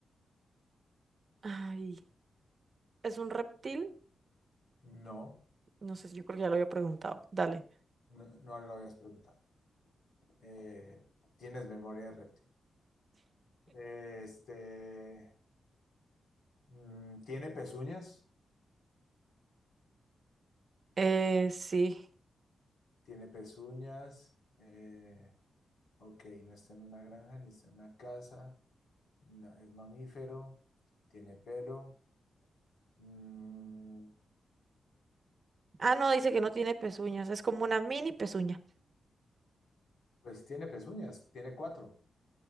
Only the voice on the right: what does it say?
Ay, ¿es un reptil?
No sé, si, yo creo que ya lo había preguntado. Dale.
Eh, sí.
Ah, no, dice que no tiene pezuñas. Es como una mini pezuña.